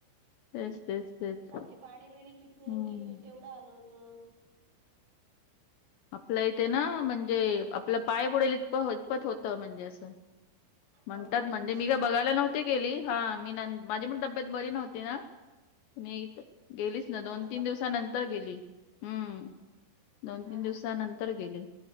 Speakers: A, on the left; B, on the right.
A: तेच, तेच. तेच
B: बाकी पाणी, बिणी, किती
A: हम्म
B: की केवढं आलं होतं?
A: आपल्या इथे ना, म्हणजे आपलं पाय बुडेल इतप इतपत होत म्हणजे असं. म्हणतात.
B: हो ना
A: म्हणजे मी
B: बापरे
A: काय बघायला नव्हती गेली, हा मी नं माझी पण तब्येत बरी नव्ह ते ना, मी हित गेलीच नाही. दोन
B: हो का?
A: तीन दिवसानंतर गेली. हम्म! दोन - तीन
B: अच्छा
A: दिवसानंतर गेले.